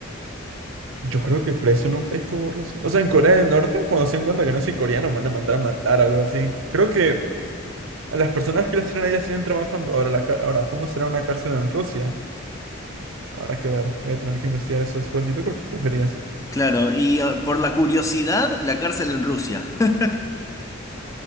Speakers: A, on the right; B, on the left.
A: Yo creo que preso en un país como Rusia. O sea, en Corea del Norte, cuando se den cuenta que no soy coreano, me van a mandar a matar o algo así. Creo que a las personas que las tienen ahí las tienen trabajando. Ahora, la ca- ahora, ¿cómo será una cárcel en Rusia? Habrá que ver, voy a tener que investigar eso después. ¿Y tú qué preferías?
B: Claro, y eh, por la curiosidad, la cárcel en Rusia. <laughs>